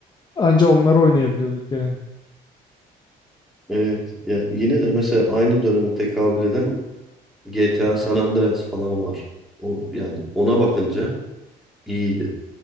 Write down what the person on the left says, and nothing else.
anca onları oynayabiliyorduk yani.